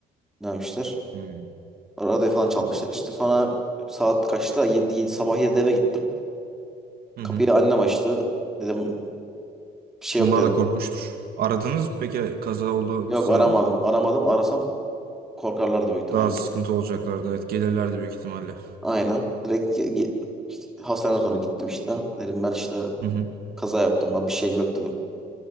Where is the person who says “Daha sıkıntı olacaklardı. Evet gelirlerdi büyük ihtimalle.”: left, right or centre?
Right